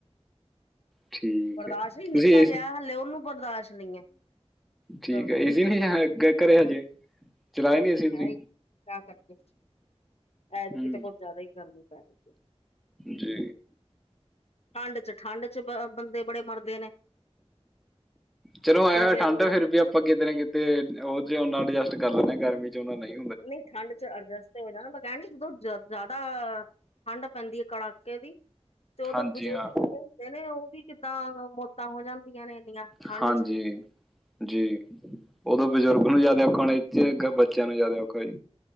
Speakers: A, in the centre; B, on the left.
A: ਠੀਕ
B: ਬਰਦਾਸ਼
A: ਹੈ
B: ਨੀ
A: ਤੁਸੀਂ
B: ਨਿੱਕਾ
A: ਏ ਸੀ
B: ਜੇਐ ਹੱਲੇ ਓਨੂੰ ਬਰਦਾਸ਼ ਨਈ ਏ
A: ਠੀਕ
B: ਗਰਮੀ।
A: ਹੈ ਏ ਸੀ ਨਹੀਂ ਘਰੇ ਹਜੇ ਚਲਾਏ
B: ਗਰਮੀ
A: ਨਹੀਂ ਏ ਸੀ ਤੁਸੀਂ
B: ਹੈ ਈ ਕੇਆ ਕਰੀਏ, ਐਦਕੀ
A: ਹੂੰ
B: ਤੇ ਕੁੱਝ ਜਾਦਾ ਈ ਗਰਮੀ ਪੈ ਰਈ ਏ।
A: ਜੀ।
B: ਠਾੰਡ ਚ, ਠਾੰਡ ਚ ਬ ਬੰਦੇ ਬੜੇ ਮਰਦੇ ਨੇ।
A: ਚਲੋ
B: ਸੁਣਦੇ
A: ਐਂ ਹੋਏ ਠਾੰਡ
B: ਰਹੋ
A: ਫੇਰ ਵੀ ਆਪਾਂ ਕਿਤੇ ਨਾ ਕਿਤੇ ਓ ਚ ਓੱਨਾ ਅਡਜਸਟ ਕਾਰ ਲੈਂਦੇ ਆਂ ਗਰਮੀ ਚ ਓੱਨਾ ਨਈ
B: ਨਈ ਠਾੰਡ ਚ ਅਰਜਸਟ <unintelligible> ਕੈਂ ਨੀ ਸੀ ਜਦੋਂ ਜਾਦਾ ਅ ਠਾੰਡ ਪੈਂਦੀ ਏ ਕੜਾਕੇ ਦੀ ਤੇ ਓਦੋਂ
A: ਹਾਂਜੀ
B: ਬਜ਼ੁਰਗ
A: ਹਾਂ
B: ਜੇੜੇ ਹੁੰਦੇ ਨੇ, ਓ ਵੀ ਕਿੱਦਾਂ ਮੌਤਾਂ ਹੋ ਜਾਂਦੀਆਂ ਨੇ ਇੰਨੀਆਂ, ਠਾੰਡ
A: ਹਾਂਜੀ,
B: ਇਚ ਵੀ।
A: ਜੀ, ਓਦੋਂ ਬਜ਼ੁਰਗ ਨੂੰ ਜਾਦਾ ਔਖਾ ਹੋਣਾ ਇੱਚ, ਬੱਚੇਆਂ ਨੂੰ ਜਾਦਾ ਔਖਾ ਈ।